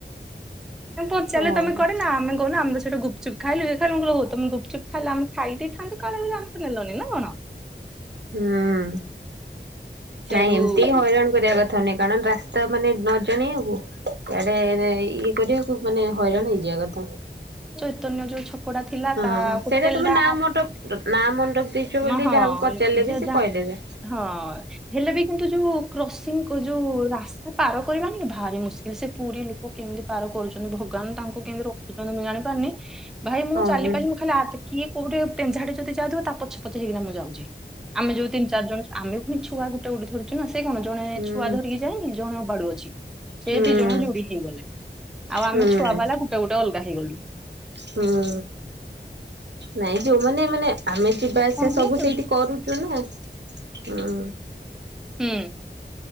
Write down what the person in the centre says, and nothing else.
ମୁଁ ପଚାରିଲେ
ତମେ କୁଆଡ଼େ ନା ମେ <unintelligible> ଆମ- ସେଠି ଗୁପଚୁପ ଖାଇଲୁ ଇଏ ଖାଇଲୁ ମୁଁ କହିଲି ହଉ ତମେ ଗୁପଚୁପ ଖାଇଲ ଆମେ ଖାଇ ଦେଇଥାନ୍ତୁ କାଳେ ବୋଲି ଆମକୁ ନେଲନି ନା କଣ?
ସେଇଠୁ
ତନ <unintelligible> <unintelligible> ଥିଲା
ତା ହୋଟେଲ
ଟା
ମ ହଁ <unintelligible>
ହଁ ହେଲେବି କିନ୍ତୁ ଯୋଉ କ୍ରସିଂ ଯୋଉ ରାସ୍ତା ପାର କରିବାନି ଭାରି ମୁସ୍କିଲ୍ ସେ ପୁରୀ ଲୋକ କେମିତି ପାର କରୁଛନ୍ତି ଭଗ କଣ ତାଙ୍କୁ- ତାକୁ କେମିତି ରଖୁଛନ୍ତି ମୁଁ ଜାଣିପାରୁନି ଭାଇ ମୁଁ
ଚାଲି ପାରିନି ମୁ ଖାଲି ହା କିଏ କୋଉଠି ପେଞାଡେ ଯଦି ଯାଉଥିବ ତା ପଛେ ପଛେ ହେଇକି ନା ମୁ ଯାଉଛି ଆମେ ଯୋଉ ତିନି ଚାରି ଜଣ ଆମେ ଫୁଣି ଛୁଆକୁ <unintelligible> <unintelligible> ସେ କଣ ଜଣେ
ଛୁଆ ଧରିକି ଯାଏନି ଜଣେ ଅବାଡ଼ୁଅ ଅଛି ସେ
ଦି ଜଣ ଯୁଡ଼ି ହେଇଗଲେ ଆଉ
ଆମେ ଛୁ ଛୁଆ ମାନେ ଗୁଟେ ଗୁଟେ ଅଲଗା ହେଇ ଗଲୁ।
ହୁଅ
ହୁଁ